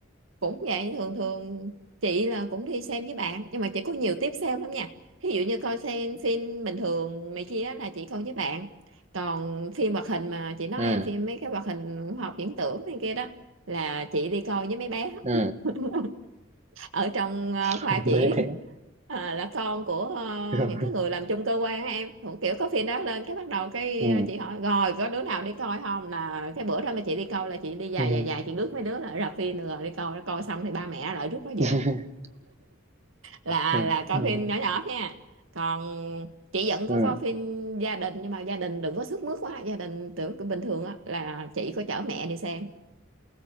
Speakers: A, on the right; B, on the right.
A: cũng vậy thường thường chị là cũng đi xem với bạn nhưng mà chị có nhiều tiếp xem lắm nha ví dụ như coi xem phim bình thường này kia á là chị coi với bạn còn phim hoạt hình mà chị nói
B: ừ
A: em phim mấy cái hoạt hình khoa học viễn tưởng này kia đó là chị đi coi với mấy bé
B: ừ
A: <laughs> ở trong ờ,
B: <laughs>
A: khoa chị
B: mấy bé
A: ờ, là con của ờ,
B: <laughs>
A: những cái người làm chung cơ quan á em cũng kiểu có phim đó lên cái bắt đầu cái
B: ừ
A: ờ, chị hỏi rồi có đứa nào đi coi không là cái bữa đó mà chị đi coi là chị đi dài
B: ừ
A: dài dài chị rước mấy đứa lại rạp phim được rồi đi coi nó coi xong thì ba mẹ lại rước nó về
B: <laughs>
A: là
B: ừ
A: là coi
B: ừ
A: phim nhỏ nhỏ nha còn chị vẫn có
B: ừ
A: coi phim gia đình nhưng mà gia đình đừng có sức mướt quá gia đình tưởng bình thường á là chị có chở mẹ đi xem